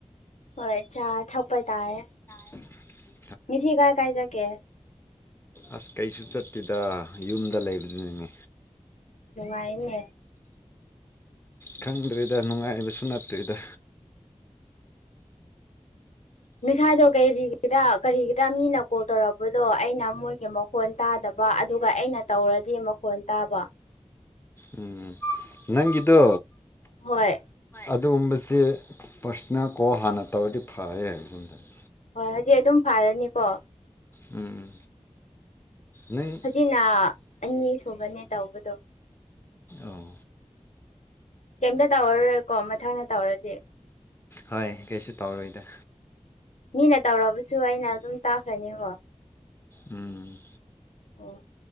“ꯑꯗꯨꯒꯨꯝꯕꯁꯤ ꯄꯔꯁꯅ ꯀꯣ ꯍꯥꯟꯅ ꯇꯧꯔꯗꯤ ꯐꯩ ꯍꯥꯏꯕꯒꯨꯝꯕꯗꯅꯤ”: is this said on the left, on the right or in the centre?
Left